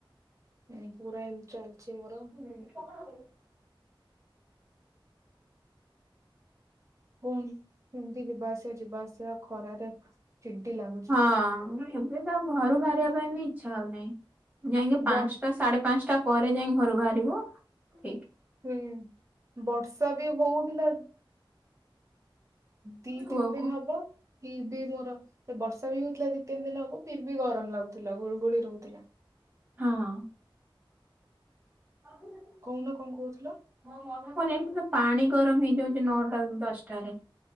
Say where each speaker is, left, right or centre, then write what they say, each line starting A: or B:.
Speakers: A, on the right; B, on the right.
A: ଏଁଇଁ ପୁରା ଏମତି ଚାଲଛି ମୋର।
B: <inaudible>
A: ପୁଣି ଇମତି ଯିବା ଆସିବା ଯିବା ଆସିବା ଖରାରେ ଚିଡି ଲାଗୁଛି।
B: ହଁ ମୁଁ କଇଲି ଏବେ ତ ଆଉ ଘରୁ ବାହାରିବା ପାଇଁ ବି ଇଚ୍ଛା ହଉ ନାଇଁ ଯାଇଁକି ପାଂଶଟା
A: ବଡ
B: ସା ସାଡେ ପାଂଶଟା ପରେ ଯାଇଁ ଘରୁ ବାହାରିବୁ ଠିକ୍।
A: ହୁଁ ବର୍ଷା ବି ହଉଥିଲା। ଦି
B: କୂଅକୁ
A: ତିନ ଦିନ ହବ ଫିର୍ ଭି ମୋର ଏ ବର୍ଷା ବି ହୋଇଥିଲା ଦି ତିନ ଦିନ ହବ। ଫିର୍ ବି ଗରମ ଲାଗୁଥିଲା ଗୁଳୁଗୁଳି ରହୁଥିଲା।
B: ହଁ। <inaudible>
A: କହୁନ କଁ କହୁଥିଲ?
B: ହଁ ଯେମତି ପୁରା ପାଣି ଗରମ ହେଇଯାଉଚି ନଅଟାରୁ ଦଶଟାରେ।